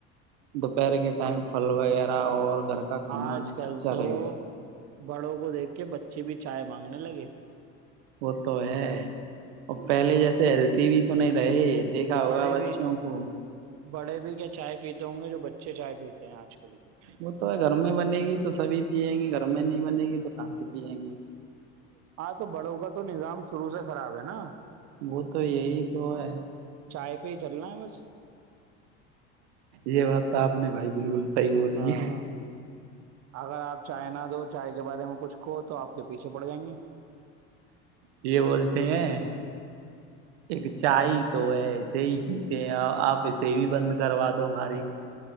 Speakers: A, on the right; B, on the right.
A: دوپہر کے ٹائم پھل وغیرہ اور گھر کا کھانا
B: آج کل
A: اچھا
B: تو
A: رہے گا
B: بڑوں کو دیکھ کے بچ اے بھی چائے مانگنے لگے
A: وہ تو ہے اور پہلے جیسے ہیل ٹی و تو نہیں رہے دیکھا ہوگا
B: بڑے
A: بچوں
B: بھی
A: کو
B: بڑے بھی کیا چائے پیتے ہوں گے جو بچے چائے پیتے ہیں آج کل کے
A: وہ تو ہے گھر میں بنے گی تو سبھی پییں گے گھر میں نہیں بنے گی تو کہاں سے پیئیں گے
B: ہاں تو بڑوں کا تو نظام شروع سے خراب ہے نا نہ ن
A: وہ تو یہی تو ہے
B: چائے پہ چلنا بس
A: یہ بات تو آپ نے بھائی بالکل صحی بولی
B: ہاں
A: ہے
B: اگر آپ چائے نہ دو چاہے بارے میں کچھو تو آ کے پیچھے پڑ جائیں گے
A: یہ بولتے ہیں ایک چائے تو ہے ایسے ہی پیتے ہیں آپ ایسے بھی بند کروا دو ہماری کو